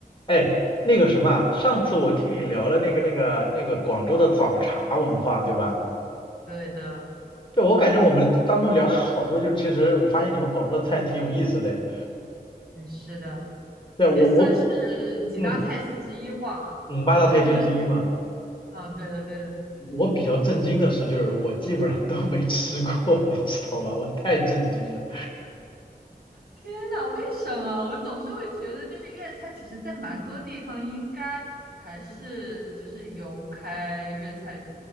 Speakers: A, on the left (about 30°); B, on the right (about 70°).
A: 哎，那个什么啊上次我听你聊了那个那个那个广州的早茶文化，
B: 嗯，
A: 对吧？
B: 对的，
A: 对，我感觉我们当中聊了好多，就是其实我发现你们广州的菜挺有意思的。
B: 哎，是的，
A: 对，我我
B: 也算是几大菜系之一吧。
A: 嗯
B: 了。
A: 嗯，八大菜系之一嘛。
B: 它是，啊、对的，对的。
A: 我比较震惊的是，就是我基本上都没吃过，<laughs> 你知道吗？我太震惊了。
B: 天呐，为什么我总是会觉得，就是粤菜，其实在蛮多地方应该还是就是有开粤菜